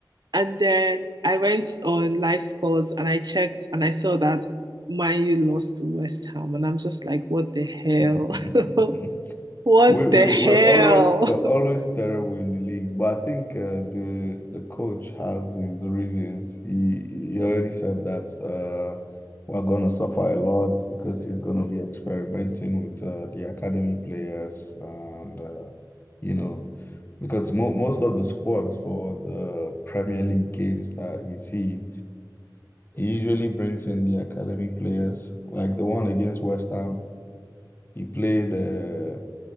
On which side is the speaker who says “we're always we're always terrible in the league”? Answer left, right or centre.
Left